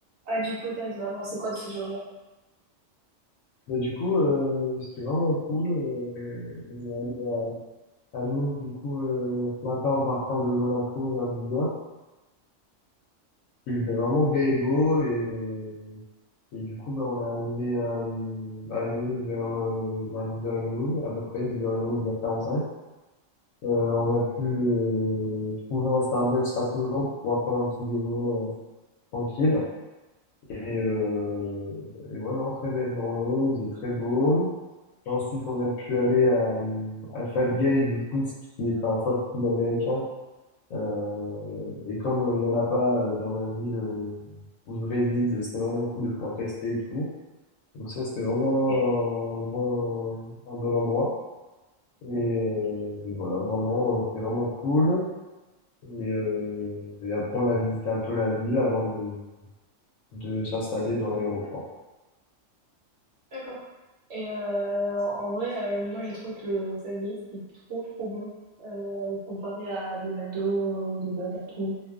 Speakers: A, on the right (about 60°); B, on the left (about 85°).
A: Ah, du coup, Ethan, t'en as pensé quoi de cette journée?
B: Mais du coup, euh, c'était vraiment cool. euh, on est allé à, à Nice, du coup, euh, ce matin en partant de Monaco vers 10h. Il faisait vraiment gai et beau. Et, euh, et du coup, ben, on est arrivé à, à Nice vers, euh, vers 10h30, à peu près 10h30, 10h45. Euh, on a pu euh, trouver un Starbucks rapidement pour pouvoir prendre un petit déjeuner euh, tranquille. Et, euh, et ouais, non, très belle journée, il faisait très beau. Ensuite, on a pu aller à, à Five Guys, du coup, ce qui est un fast-food américain. Euh, et comme euh, il y en a pas euh, dans ma ville euh, où je réside, ben, c'était vraiment cool de pouvoir tester et tout. Donc ça, c'était vraiment
A: Ok,
B: un bon, un bon endroit. Et, euh, et voilà, vraiment, euh, c'était vraiment cool. Et, euh, et après, on a visité un peu la ville avant de, de s'installer dans l'aéroport.
A: d'accord. Et euh, en vrai, euh, moi, j'ai trouvé que le Five Guys, c'était trop, trop bon. Euh, comparé à des McDo, ou des Burger King,